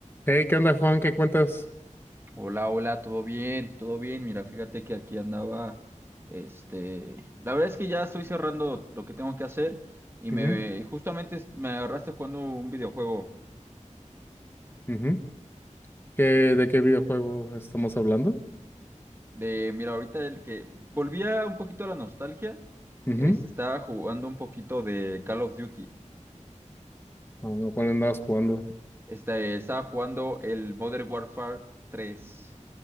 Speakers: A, on the left; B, on the right.
A: Hey, ¿qué onda, Juan? ¿Qué cuentas?
B: Hola, hola, todo bien, todo bien. Mira, fíjate que aquí andaba, este, la verdad es que ya estoy cerrando lo que tengo que hacer y
A: Ujú,
B: me justamente es- me agarraste jugando un videojuego
A: ujú. ¿Qué- de qué videojuego estamos hablando?
B: de, mira, ahorita el que volvía un poquito a la nostalgia,
A: Ujú.
B: este, estaba jugando un poquito de Call of Duty.
A: Ah, ¿Cuál andabas jugando?
B: Este, estaba jugando el Modern Warfare tres